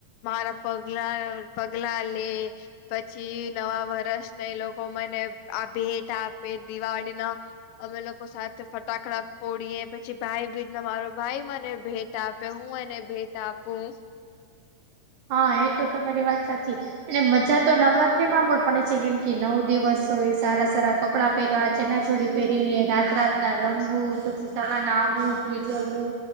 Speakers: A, on the left (about 85°); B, on the right (about 80°).
A: મારા પગલા પગલા લે પછી નવા વર્ષને એ લોકો મને આ ભેટ આપે દિવાળી નો અમે લોકો સાથે ફટાકડા ફડીએ પછી ભાઈ ભીજ ના મારો ભાઈ મને ભે આપે હું અને ભેટ આપું.
B: હા એ તો તમારી વાત સાચી છે. અને મજા તો નવરાત્રી માં પણ પડે છે કેમ કે નવ દિવસ હોય સારા સારા કપડાં પહેરવા ચનિયાચોલી પહેરીને રાત રાત ના રમવું પછી સવારના આવું સુઈ જવું